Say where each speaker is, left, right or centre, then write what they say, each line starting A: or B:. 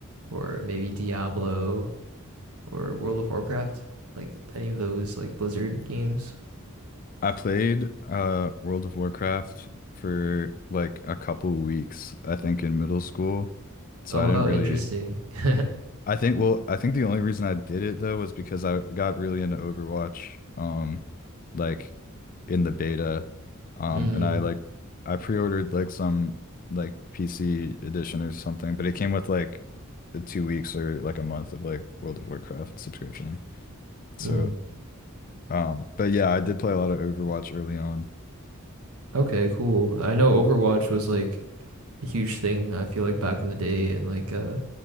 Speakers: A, on the right; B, on the left.
A: or maybe Diablo or World of Warcraft, like any of those like Blizzard games.
B: I played uh World of Warcraft for like a couple weeks, I think in middle school. So
A: Oh
B: I didn't
A: wow,
B: really
A: interesting. <laughs>
B: I think well, I think the only reason I did it though was because I got really into Overwatch um like in the beta um
A: Mm,
B: and I like I pre-ordered like some like PC edition or something, but it came with like the two weeks or like a month of like World of Warcraft subscription. So
A: mm.
B: um but yeah, I did play a lot of Overwatch early on.
A: Okay, cool. I know Overwatch was like a huge thing, I feel like back in the day and like uh